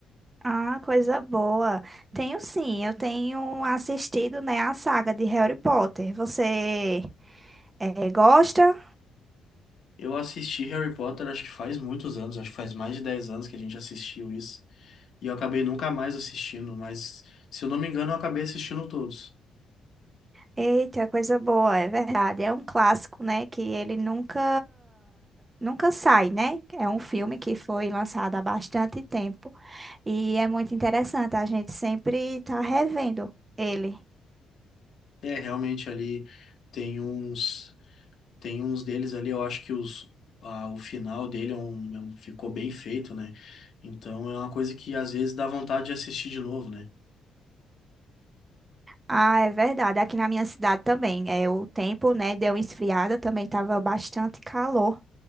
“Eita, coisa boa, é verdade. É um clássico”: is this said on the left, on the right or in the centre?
Right